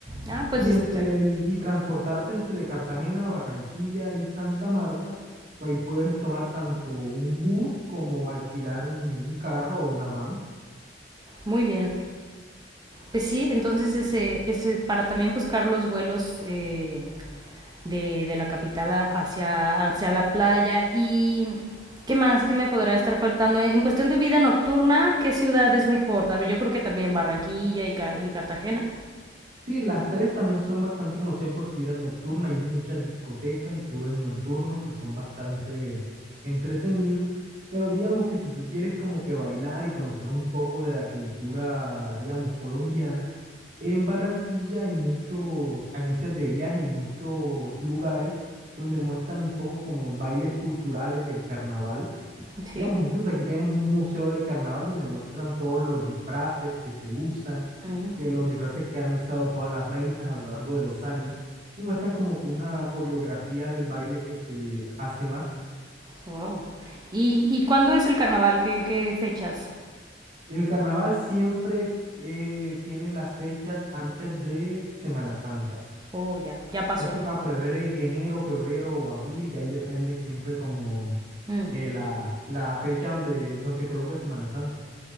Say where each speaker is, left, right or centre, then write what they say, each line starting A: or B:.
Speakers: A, on the right (about 20°); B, on the right (about 50°).
A: Ah, pues
B: Y
A: está
B: entre
A: bien.
B: el, y transportarte entre Cartagena, Barranquilla y Santa Marta, pues ahí puedes tomar tanto un bus como alquilar un, un carro o una van.
A: Muy bien. Pues sí, entonces ese, ese, para también buscar los vuelos eh, de, de la capital a- hacia, hacia la playa. ¿Y qué más? ¿Qué me podrá estar faltando? En cuestión de vida nocturna, ¿qué ciudad es mejor? A ver, Yo creo que también Barranquilla y, Ca- y Cartagena.
B: Sí, las tres también son bastante conocidas por su vida nocturna. Hay muchas discotecas y clubes nocturnos que son bastante entretenidos. Pero digamos que si tú quieres como que bailar y conocer un poco de la cultura, digamos, colombiana, en Barranquilla hay muchas agencias de viaje y muchos lugares donde muestran un poco como bailes culturales del carnaval.
A: Sí.
B: Digamos, incluso aquí tenemos un museo del carnaval donde muestran todos los disfraces que se usan,
A: Mm,
B: que los disfraces que han usado todas las reinas a lo largo de los años, y muestran como que una coreografía del baile que se hace más.
A: wow. ¿Y, y cuándo es el carnaval? ¿Qué, qué fechas?
B: El carnaval siempre eh, tiene las fechas antes de Semana Santa.
A: Oh, ya, ya pasó.
B: Siempre para febrero, enero, febrero o abril, y ahí depende siempre como
A: Mm.
B: eh, la, la fecha donde, donde se coloca Semana Santa.